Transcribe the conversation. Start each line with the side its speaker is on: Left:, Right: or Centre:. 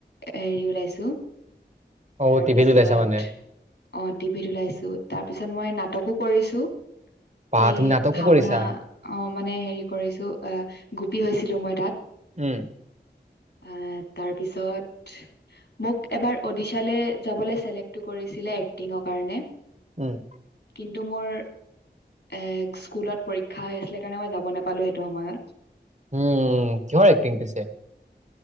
Left: হেৰি ওলাইছো।
Right: অ
Left: তাৰপিছত
Right: টিভিত ওলাইছা মানে।
Left: অ টিভিত ওলাইছো তাৰপিছত মই নাটকো কৰিছো।
Right: বাহ
Left: এ
Right: তুমি নাটকো
Left: ভাওনা
Right: কৰিছা?
Left: অ মানে হেৰি কৰিছো আহ গোপী হৈছিলো মই তাত।
Right: উম।
Left: আহ তাৰপিছত- মোক এবাৰ উড়িষ্যালৈ যাবলৈ চিলেক্টটো এক্টিঙৰ কাৰণে।
Right: উম'।
Left: কিন্তু মোৰ, এ স্কুলত পৰীক্ষা হৈ আছিলে কাৰণে মই যাব নেপালো সেইটো সময়ত।
Right: উম কিহৰ এক্টিং পিছে?